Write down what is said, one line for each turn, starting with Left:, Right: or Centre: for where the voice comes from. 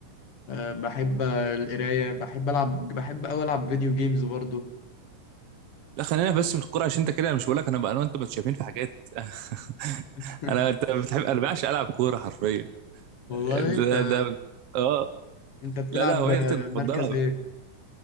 Left: آه بحب آه، القرايه بحب العب بحب اوي العب فيديو جيمز برضو
Right: لا خلينا بس في الكوره عشان انت كده انا مش بقول لك انا بقى انا وانت متشابهين في حاجات <laughs>
Left: <laughs>
Right: انا انت بتحب انا بعشق العب كوره حرفيا
Left: والله انت
Right: ده ده اه
Left: انت بتلعب
Right: لا لا هوايتي
Left: آه،
Right: المفضله
Left: مركز ايه